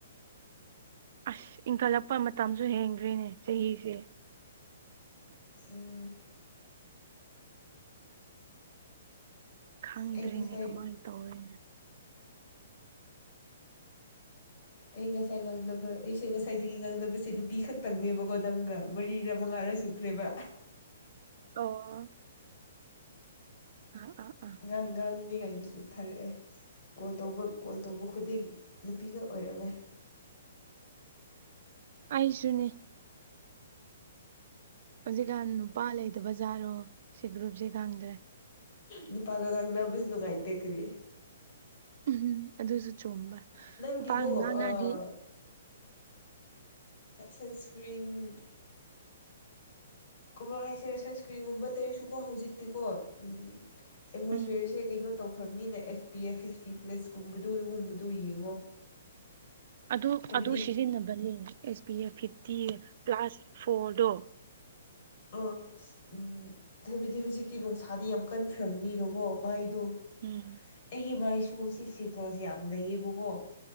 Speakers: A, on the right; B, on the left.
A: ꯑꯁ ꯏꯟꯈꯠꯂꯛꯄ ꯃꯇꯝꯁꯨ ꯍꯦꯟꯒ꯭ꯦꯅꯦ ꯆꯍꯤꯁꯦ
B: ꯎꯝ
A: ꯈꯪꯗ꯭ꯔꯤꯅꯦ
B: ꯑꯩ ꯉꯁꯥꯏ
A: ꯀꯃꯥꯏꯅ ꯇꯧꯔꯦꯅꯦ
B: ꯑꯩ ꯉꯁꯥꯏ ꯉꯥꯡꯅꯕ ꯑꯩꯁꯦ ꯉꯁꯥꯏꯗꯒꯤ ꯉꯥꯡꯅꯕꯁꯦ ꯅꯨꯄꯤ ꯈꯛꯇꯪꯅꯦꯕꯀꯣ ꯅꯪꯒ ꯃꯔꯤꯔ ꯃꯉꯥꯔ ꯁꯨꯈ꯭ꯔꯦꯕ
A: ꯑꯣ ꯑꯥ ꯑꯥ ꯑꯥ
B: ꯒꯥꯡꯒꯥꯡꯗꯤꯒꯥꯏꯕꯤꯁꯦꯁ ꯊꯥꯔꯛꯑꯦ ꯀꯣꯜ ꯇꯧꯕ ꯀꯣꯜ ꯇꯧꯕ ꯈꯨꯗꯤꯡ ꯅꯨꯄꯤ ꯉ ꯑꯣꯏꯔꯝꯃꯦ
A: ꯑꯩꯁꯨꯅꯦ ꯍꯧꯖꯤꯛꯀꯥꯟ ꯅꯨꯄꯥ ꯂꯩꯗꯕꯖꯥꯠꯔꯣ ꯁꯤ ꯒ꯭ꯔꯨꯞꯁꯦ ꯈꯪꯗ꯭ꯔꯦ
B: ꯅꯨꯄꯥꯒ ꯉꯥꯡꯅꯕꯁꯨ ꯅꯨꯡꯉꯥꯏꯇꯦ ꯀꯔꯤ
A: ꯎꯝꯝ ꯑꯗꯨꯁꯨ ꯆꯣꯡꯕ
B: ꯅꯪꯒꯤꯗꯣ
A: ꯅꯨꯄꯥ ꯉꯉꯥ
B: ꯑꯥ
A: ꯉꯥꯗꯤ
B: ꯁꯟꯁ꯭ꯀ꯭ꯔꯤꯟ ꯀꯃꯥ ꯍꯥꯏꯁꯔꯦ ꯁꯟꯁꯀ꯭ꯔꯤꯟꯒꯨꯝꯕ ꯇꯩꯔꯁꯨꯀꯣ ꯍꯧꯖꯤꯛꯇꯤꯀꯣ ꯎ ꯑꯦꯠꯃꯣꯁꯐꯤꯌꯔꯁꯦ
A: ꯎꯝ
B: ꯀꯩꯅꯣ ꯇꯧꯈ꯭ꯔꯕꯅꯤꯅ ꯑꯦꯁ ꯄꯤ ꯑꯦꯐ ꯐꯤꯐꯇꯤ ꯄ꯭ꯂꯁꯀꯨꯝꯕꯗꯣ ꯑꯗꯨꯒꯨꯝꯕꯗꯣ ꯌꯦꯡꯉꯣ
A: ꯑꯗꯨ
B: ꯍꯥꯏꯕꯗꯤ
A: ꯑꯗꯨ ꯁꯤꯖꯤꯟꯅꯕꯅꯦ S P A fifty plus ꯐꯣꯔꯗꯣ
B: ꯑꯥ ꯎꯝ ꯑꯕꯗꯤ ꯍꯧꯖꯤꯛꯀꯤ ꯅꯨꯡꯁꯥꯗꯤ ꯌꯥꯝ ꯀꯟꯈ꯭ꯔꯕꯅꯤꯅꯀꯣ ꯃꯥꯏꯗꯣ
A: ꯎꯝ
B: ꯑꯩꯒꯤ ꯃꯥꯏꯁꯨ ꯁꯤ ꯐꯦꯀꯜꯁ ꯌꯥꯝ ꯂꯩꯌꯦꯕꯀꯣ